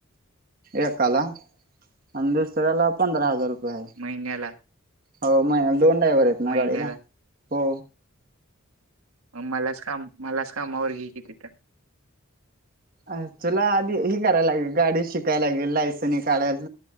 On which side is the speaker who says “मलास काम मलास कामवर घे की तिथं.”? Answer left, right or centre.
Right